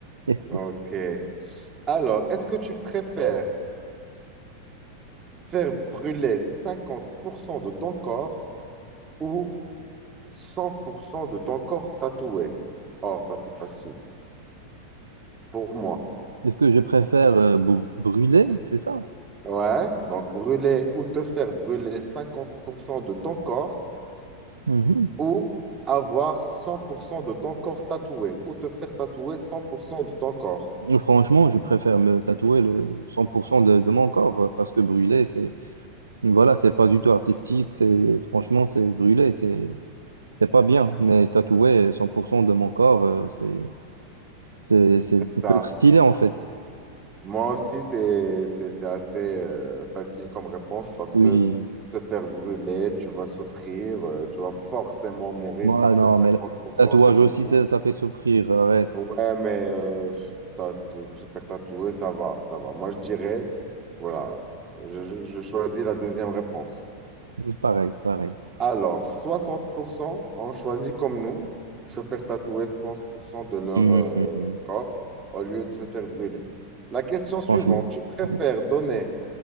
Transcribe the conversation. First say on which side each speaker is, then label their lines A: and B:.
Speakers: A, on the right; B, on the right.
A: <laughs>
B: Ok. Alors, est-ce que tu préfères faire brûler 50% de ton corps ou 100% de ton corps tatoué. Oh, ça c'est facile pour moi.
A: Est-ce que je préfère euh, br- brûler, c'est ça?
B: Ouais, donc brûler ou te faire brûler 50% de ton corps
A: Mhm.
B: ou avoir 100% de ton corps tatoué ou te faire tatouer 100% de ton corps.
A: Franchement, je préfère me tatouer le 100% de, de mon corps, euh, parce que brûler, c'est, voilà, c'est pas du tout artistique, c'est, franchement, c'est brûler, c'est, c'est pas bien, mais tatouer 100% de mon corps, euh, c'est, C'est, c'est- ça peut
B: Ça,
A: être stylé en fait.
B: moi aussi, c'est, c'est, c'est assez euh, facile comme réponse parce
A: Oui.
B: que se faire brûler, tu vas souffrir, euh, tu vas forcément mourir
A: Moi,
B: parce
A: non,
B: que 50%,
A: mais le tatouage
B: c'est beaucoup.
A: aussi, ça, ça fait souffrir. Arrête.
B: Ouais, mais euh, tatou- se faire tatouer, ça va, ça va. Moi, je dirais, voilà, je, je- je choisis la deuxième réponse.
A: <laughs> Pareil, pareil.
B: Alors, 60% ont choisi comme nous, se faire tatouer soixante pour cent de leur
A: Mm,
B: euh,
A: mm, mm.
B: corps au lieu de se faire brûler. La question suivante,
A: Franchement.
B: tu préfères
A: oui.
B: donner